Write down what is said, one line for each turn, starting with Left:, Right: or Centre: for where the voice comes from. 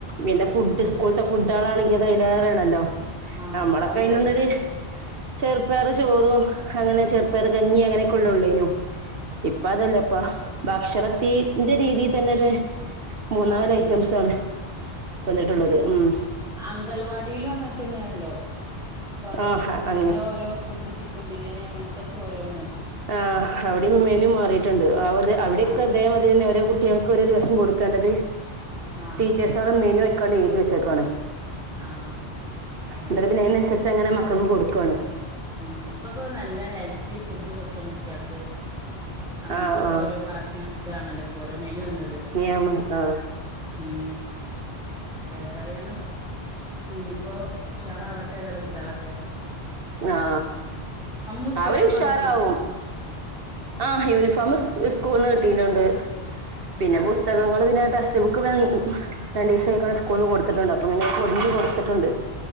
Right: പിന്നെ ഫുഡ്
Centre: നല്ല
Right: സ്കൂൾ
Centre: ര
Right: തെ ഫുഡ് ആളാണെങ്കിൽ അത് അതിലേറെ ആണല്ലോ
Centre: ആഹ്
Right: നമ്മളൊക്കെ
Centre: ഇപ്പ അങ്കല്
Right: അതിന ചെറുപ്പയർ ചോറും അങ്ങനെ ചെറുപ്പയറ് കഞ്ഞി അങ്ങനെയൊക്കെ ഉള്ളെ ഉള്ളേനു ഇപ്പൊ അതല്ല ഇപ്പൊ ഭക്ഷണത്തിന്റെ രീതിൽ തന്നെ ഒരു മൂന്നാല്
Centre: മാറ്റണ്ട്
Right: ഐറ്റംസാണ് വന്നിട്ടുള്ളത് ഉം.
Centre: അംഗൽവാടീലും അങ്ങൻതന്നേണല്ലോ ഇ
Right: ആഹ്
Centre: പു പുതിയെ
Right: അങ്ങ്
Centre: പുതിയെ ഓരോ- ഫുഡ് ചിക്കം ബിരിയാണി അങ്ങൻത്തൊക്കെ ഓരോന്ന്
Right: ആ അവിടിം മെനു മാറിട്ട്ണ്ട് അവ അവിടെയൊക്കെ
Centre: ആഹ്
Right: ഇതേ മാ തിരിയെന്നെ ഓരോ കുട്ടിയാക്ക് ഓരോ ദിവസം കൊടുക്കണ്ടത്
Centre: ആഹ്
Right: ടീച്ചേസ് - മെനു വെക്കാണ്ട് എഴുതി വെച്ചേക്കാണ്
Centre: ആഹ് അതന്നെ
Right: ഇന്നട്ട് പിന്നെ അയിനൻസ ച്ചങ്ങനെ മക്കക്ക് കൊടുക്കാണ്
Centre: ഉം ഇപ്പൊക്കെ നല്ല ഹെൽത്തി ഫുഡ് കൊടുക്കണം കുട്ടിയാക്ക്. അങ്ങൻത്തൊക്കെ
Right: ആഹ് ആഹ്
Centre: ഓരോ ഭാഷെ ഇതാണല്ലോ. ഇപ്പൊ ഓരോ മെനു വന്നത്.
Right: നിയമം ആഹ്
Centre: ഉം ഏതായാലും ഇഞ്ഞിപ്പോ ഉഷാറാവട്ടെ ഏതായാലും കുട്ടിയാളൊക്കെ.
Right: ആ
Centre: പുസ്തകമൊക്കെ
Right: അവരുഷാറാവും.
Centre: വാങ്ങിയോ
Right: ആ യൂണിഫോമ് സ് സ്ക്കൂൾന്ന് കിട്ടീനുണ്ട് പിന്നെ
Centre: ആഹ്
Right: പുസ്തകങ്ങള്
Centre: ശരി
Right: പിന്നെ ട്ടെസ് റ്റ്ബുക്ക്‌ രണ്ടീസ അയിക്ക്ണ് സ്കൂള്ന്ന് കൊട്ത്തിട്ട്ണ്ട് അപ്പൊ പിന്നെ അത് പൊതിഞ്ഞ് കൊടുത്തിട്ടുണ്ട്